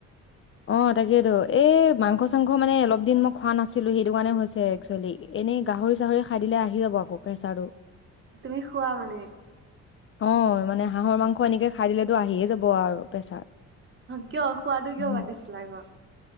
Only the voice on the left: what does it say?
অ', তাকেতো এ মাংস চাংস মানে অলপ দিন মই খোৱা নাছিলো সেইটো কাৰণে হৈছে একচুৱেলি এনেই গাহৰি চাহৰি খাই দিলে আহি যাব আকৌ পেছাৰটো
অ', মানে হাঁহৰ মাংস এনেকে খাই দিলেত আহিয়ে যাব আৰু প্ৰেছাৰ
উম